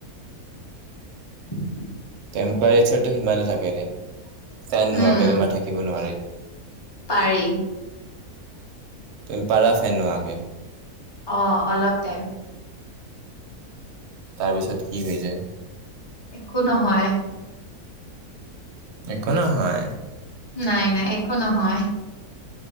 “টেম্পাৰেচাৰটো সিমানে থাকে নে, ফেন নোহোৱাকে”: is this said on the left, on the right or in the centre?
Right